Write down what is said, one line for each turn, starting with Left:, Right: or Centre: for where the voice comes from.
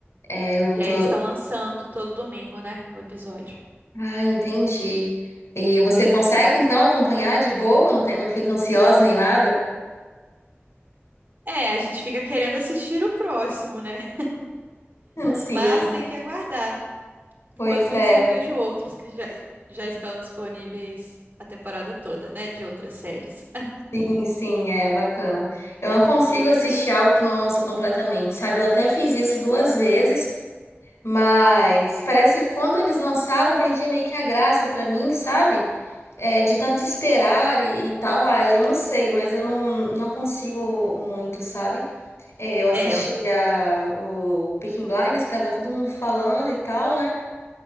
Left: É, eu
Right: E
Left: tô.
Right: aí eles estão lançando todo domingo, né? O episódio.
Left: Ah, entendi. E você consegue então acompanhar de boa? Não tem, não fica ansiosa nem nada? <laughs>
Right: É, a gente fica querendo assistir o próximo, né?
Left: Hum, Sim,
Right: Mas tem que aguardar.
Left: pois
Right: Enquanto
Left: é.
Right: isso, eu vejo outros que já, já estão disponíveis a temporada toda, né? De outras séries.
Left: Sim, sim, é bacana. Eu não consigo assistir algo que não lançou completamente, sabe? Eu até fiz isso duas vezes, mas parece que quando eles lançaram, perdia meio que a graça pra mim, sabe? É, de tanto esperar e, e tal. Ah, eu não sei, mas eu não, não consigo muito, sabe? É, eu assistia
Right: É,
Left: o Peaky Blinders, que tava todo mundo falando e tal, né?